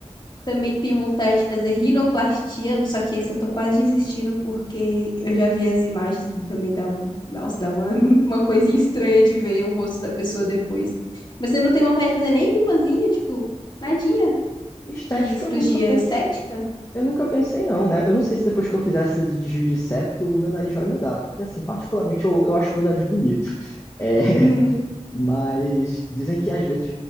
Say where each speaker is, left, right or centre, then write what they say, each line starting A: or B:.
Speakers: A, on the left; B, on the left.
A: Também tenho vontade de fazer rinoplastia, só que esse eu tô quase desistindo porque eu já vi as imagens e também dá um, nossa, dá uma, <laughs> uma coisinha estranha de ver o rosto da pessoa depois. Mas você não tem vontade de fazer nenhumazinha, tipo, nadinha
B: Estética,
A: de cirurgia
B: eu nunca pensei,
A: estética?
B: eu nunca pensei não, né? Eu não sei se depois que eu fizesse esse desvio de septo, o meu nariz vai mudar, porque assim, particularmente eu, eu acho meu nariz bonito. É,
A: Uhum.
B: Mas dizem que às vezes,